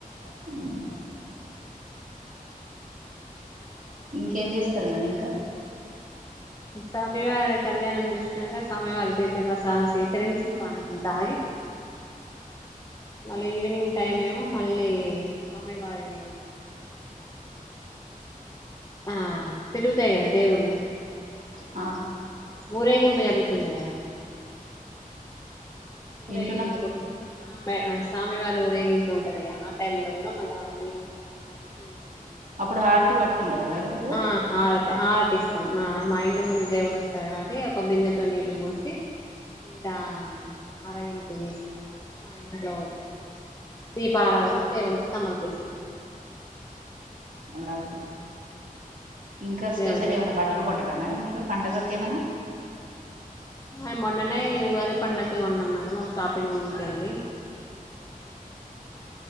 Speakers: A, on the right; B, on the left.
A: ఆ ఇంకేం చేస్తారు మేడం ఇంకా
B: స్వామివారి కళ్యాణం చూసినాక స్వామివారి తీర్థప్రసాదం స్వీకరించి పానకం తాగి మళ్ళీ ఈవినింగ్ టైం ఏమో మళ్ళీ స్వామివారి ఆ తిరుగుతాయి గదా దేవుళ్ళు
A: ఆ
B: ఊరేగింపు జరుగు తుంది కదా ఊరేగింపు
A: వింటున్నాం
B: కూడా ఉంటుందా స్వామివారి ఊరేగింపు ఉంటది ఆ టైమ్ లో కూడా మళ్ళా ఈవినింగ్ స్నానం చేసి ఇంట్లో దీపం
A: అప్పుడు హారతి పట్టుకుంటారా మేడం మీరు
B: ఆ హారతి హారతిస్ మా మా ఇంటి ముందు దేవుడు వస్తడు కాబట్టి ఒక బిందెతో నీళ్ళు పోసి ఇలా ఆరగింపు చేసిన తర్వాత మా ఇంట్లో దీపారాధన దేవుడికి సమర్పిస్తుందిన్నమ
A: అలాగ ఇంకా స్పెషల్
B: దేవుడికి
A: ఏవైనా బట్టలు కొట్ ఉంటారా మేడం మీరు పండగకి ఏమనా
B: ఆ మొన్ననే ఉగాది పండక్కి కొన్నాం మేడం ఒక షాపింగ్కి వెళ్ళి